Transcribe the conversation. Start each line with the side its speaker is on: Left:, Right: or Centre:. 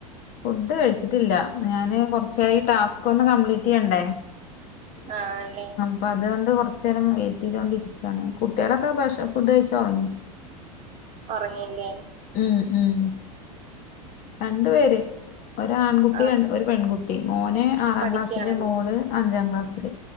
Left: ഫുഡ് കഴിച്ചിട്ടില്ല ഞാന് കൊർച്ചായി ടാസ്ക് ഒന്ന് കംപ്ളീറ്റെയ്യണ്ടേ
Right: ആ അല്ലേ
Left: പ്പൊ അതുകൊണ്ട് കൊർച്ചേരം വെയി റ്റെയ്തുകൊണ്ടിരിക്കാണ്. കുട്ടികാളൊക്കെ പക്ഷ ഫുഡ് കഴിച്ച് ഒറങ്ങി
Right: ഒറങ്ങിയില്ലേ
Left: ഉം ഉം രണ്ടു പേര് ഒരാൺകുട്ടി
Right: ആ
Left: ഒരു പെൺകുട്ടി മോന് ആറാം
Right: പഠിക്കയാണല്ലേ
Left: ക്ലാസ്സില് മോള് അഞ്ചാം ക്ലാസ്സില്